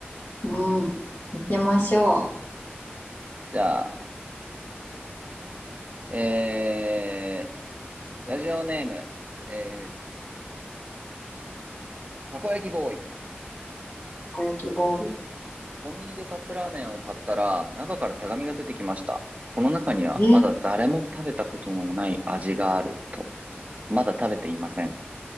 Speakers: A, on the left; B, on the right.
A: うん、行きましょう。
B: うん
A: た
B: じゃあ、えー、ラジオネーム、えー、たこ焼きボーイ。
A: こ焼きボー
B: コンビニでカップラーメンを買ったら、中から手紙が出てきました。この中には、
A: イ。
B: まだ誰も食べたことのない味があると。まだ食べていません。